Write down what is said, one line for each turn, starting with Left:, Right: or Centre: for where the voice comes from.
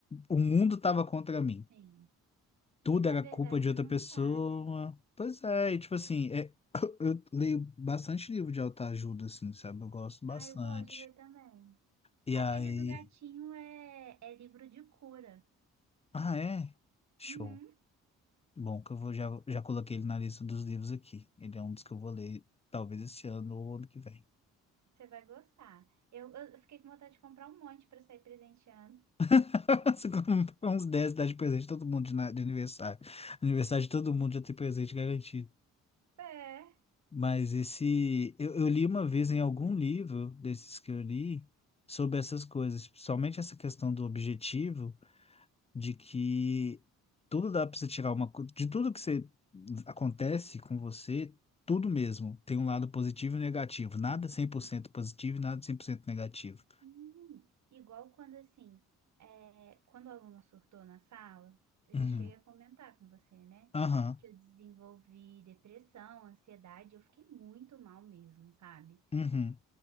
Left: o mundo tava contra mim.
Right: Sim.
Left: Tudo
Right: E na
Left: era
Right: verdade
Left: culpa de outra
Right: não
Left: pessoa.
Right: tá, né?
Left: Pois é, e tipo assim, é, eu leio bastante livro de autoajuda, assim, sabe? Eu gosto bastante.
Right: Ah, eu gosto de ler também.
Left: E
Right: Aquele
Left: aí.
Right: do gatinho é, é livro de cura.
Left: Ah, é? Show.
Right: Uhum.
Left: Bom, que eu vou, já, já coloquei ele na lista dos livros aqui. Ele é um dos que eu vou ler, talvez esse ano ou ano que vem.
Right: Você vai gostar. Eu, eu fiquei com vontade de comprar um monte para sair presenteando.
Left: <laughs> Se comprar uns 10 dá de presente todo mundo de, na- de aniversário. Aniversário de todo mundo já tem presente garantido.
Right: É.
Left: Mas esse. Eu, eu li uma vez em algum livro desses que eu li sobre essas coisas, principalmente essa questão do objetivo, de que tudo dá para você tirar uma. co- De tudo que você acontece com você, tudo mesmo. Tem um lado positivo e negativo. Nada
Right: Sim.
Left: 100% positivo e nada 100% negativo.
Right: Hum, igual quando assim, é, quando o aluno surtou na sala, eu
Left: Uhum.
Right: já cheguei a comentar com você, né?
Left: Aham.
Right: Que eu desenvolvi depressão, ansiedade, eu fiquei muito mal mesmo, sabe?
Left: Uhum.